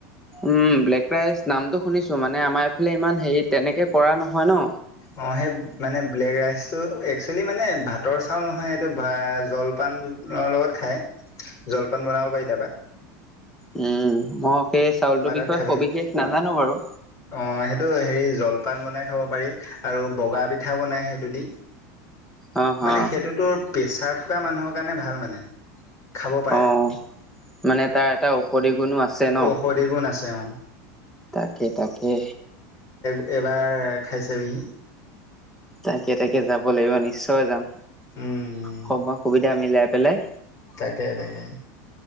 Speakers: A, in the centre; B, on the left.
A: উম ব্লেক ৰাইচ নামটো শুনিছো মানে আমাৰ এইফালে ইমান হেৰি তেনেকে কৰা নহয় ন।
B: অ সেই মানে ব্লেক ৰাইচটো একচুৱেলি মানে ভাতৰ চাউল নহয় এইটো জলপান। ধানৰ লগত খায়।
A: উ
B: জলপান বনাব পাৰি তাৰাপা।
A: উম মই সেই চাউলটোৰ বিষয়ে
B: তাত খাবি
A: সবিশেষ নাজানো বাৰু।
B: অ সেইটো হেৰি জলপান বনাই খাব পাৰি আৰু বগা পিঠাও বনাই সেইটো দি।
A: অ হা
B: মানে সেইটোতো প্ৰেচাৰ থকা মানুহৰ কাৰণে ভাল মানে। খাব পাৰে
A: অ মানে তাৰ এটা ঔষধি গুণো আছে। ন
B: ঔষধি গুণ আছে অ।
A: তাকে তাকে।
B: এইবাৰ খাই চাবিহি।
A: তাকে তাকে যাব লাগিব নিশ্চয় যাম
B: উম
A: সময় সুবিধা মিলাই পেলাই।
B: তাকে তাকে